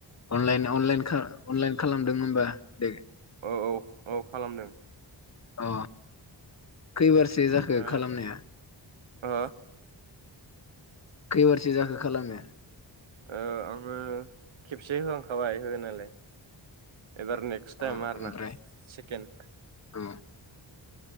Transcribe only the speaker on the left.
अनलाइन अनलाइन खा अनलाइन खालामदों होमबा। <unintelligible>
अ खैबारसो
जाखो खालामनाया
खैबारसो जाखो खालामनाय
अ
ओमफ्राय
अ